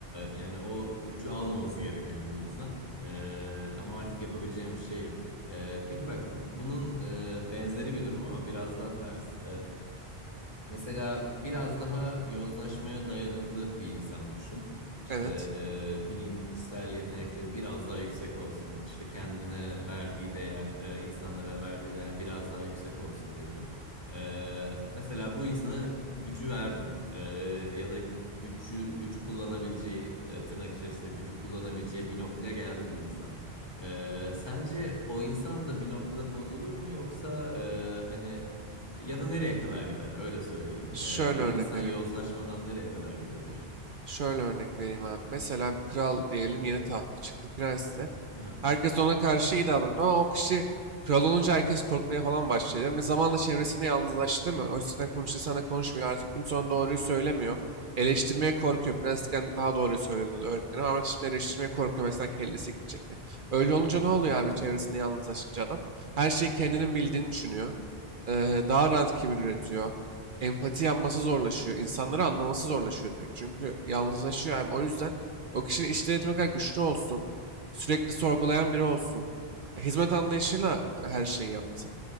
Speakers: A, on the left; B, on the right.
A: yani o gücü almaması gereken bir insan. E, ama artık yapabileceğim bir şey yok. E, peki bak bunun e, benzeri bir durum ama biraz daha ters. Mesela biraz daha yozlaşmaya dayanıklı bir insan düşün. İşte
B: Evet.
A: e, bilinçsel yetenekleri biraz daha yüksek olsun. İşte kendine verdiği değer, e, insanlara verdiği değer biraz daha yüksek olsun diyelim. E, mesela bu insana gücü verdin. E, ya da gücü gücü kullanabileceği, e, tırnak içerisinde gücü kullanabileceği bir noktaya geldi bu insan. E, sence o insan da bir noktada bozulur mu yoksa e, hani ya da nereye kadar gider? Öyle söyleyeyim.
B: Şöyle
A: Ee, bu
B: örnek
A: insan
B: vereyim.
A: yozlaşmadan nereye kadar gidebilir?
B: Şöyle örnek vereyim abi. Mesela bir kral diyelim yeni tahta çıktı prens de.
A: Aha.
B: Herkes ona karşı iyi davranıyor ama o kişi kral olunca herkes korkmaya falan başlıyor. Ve zamanla çevresinde yalnızlaştı mı? O yüzden konuştuğu sana konuşmuyor. Artık kimse ona doğruyu söylemiyor. Eleştirmeye korkuyor. Prensken daha doğruyu söylüyordu öğretmenim ama şimdi eleştirmeye korkuyor. Mesela kellesi gidecekti. Öyle olunca
A: Hı
B: ne oluyor abi çevresinde yalnızlaşınca adam? Her şeyi kendinin bildiğini düşünüyor. Ee, daha rahat kibir üretiyor empati yapması zorlaşıyor. İnsanları anlaması zorlaşıyor direkt. Çünkü yalnızlaşıyor abi. O yüzden o kişinin iş denetimi kadar güçlü olsun. Sürekli sorgulayan biri olsun. e, Hizmet anlayışıyla e, her şeyi yapsın.